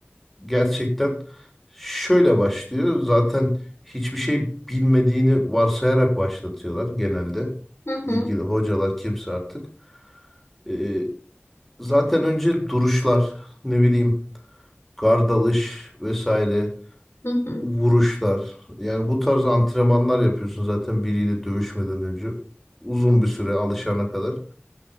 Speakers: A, in the centre; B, on the left.
A: gerçekten şöyle başlıyor. Zaten hiçbir şey bilmediğini varsayarak başlatıyorlar genelde.
B: Hı
A: İlgili
B: hı.
A: hocalar kimse artık. Ee, zaten önce duruşlar ne bileyim Gardalış vesaire
B: Hı hı.
A: vuruşlar. Yani bu tarz antrenmanlar yapıyorsun zaten biriyle dövüşmeden önce. Uzun bir süre alışana kadar.